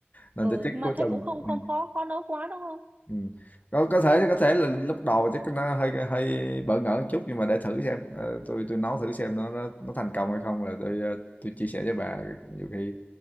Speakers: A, on the left; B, on the right.
A: Nên
B: ừ
A: tôi check
B: mà
A: cuối
B: thế
A: tuần.
B: cũng không không
A: Ừ.
B: khó khó nấu quá đúng không
A: Ừ. Có có thể có thể là lúc đầu chắc nó hơi hơi bỡ ngỡ một chút nhưng mà để thử xem. Ờ, tôi tôi nấu thử xem nó nó nó thành công hay không là tôi ờ, tôi chia sẻ với bà nhiều khi